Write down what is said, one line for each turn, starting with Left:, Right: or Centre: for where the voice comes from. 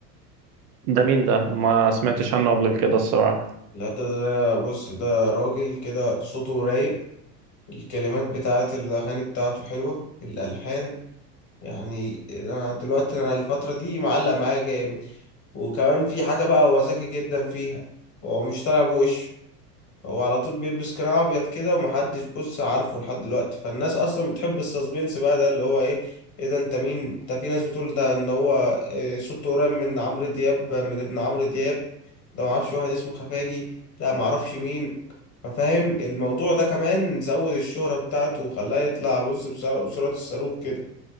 Right: ده مين ده ما سمعتش عنه قبل كده الصراحة
Left: لا ده, ده بص ده راجل كده صوته رايق الكلمات بتاعت الاغاني بتاعته حلوة الالحان يعني انا دلوقتي انا الفترة دي معلق معايا جامد وكمان في حاجة بقى هو ذكي جدا فيها هو مش طالع بوشه هو على طول بيلبس قناع ابيض كده ومحدش بص عارفه لحد دلوقتي فالناس اصلا بتحب السسبنس بقى ده اللي هو ايه ايه ده انت مين انت في ناس بتقول ده ان هو إيه صوته قريب من عمرو دياب من ابن عمرو دياب ده معرفش واحد اسمه خفاجي ده معرفش مين ففاهم الموضوع ده كمان زود الشهرة بتاعته وخلاه يطلع بص بسرعة بسرعة الصاروخ كده